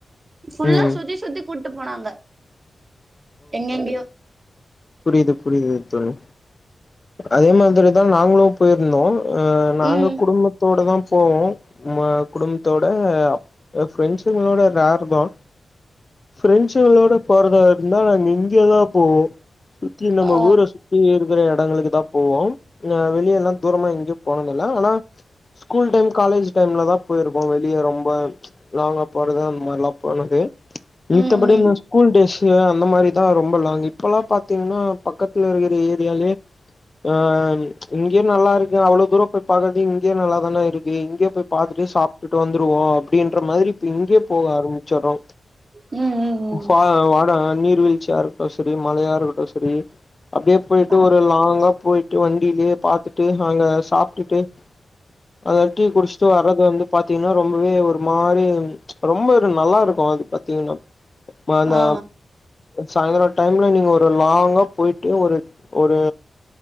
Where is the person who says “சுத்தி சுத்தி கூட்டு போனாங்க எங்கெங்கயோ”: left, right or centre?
Right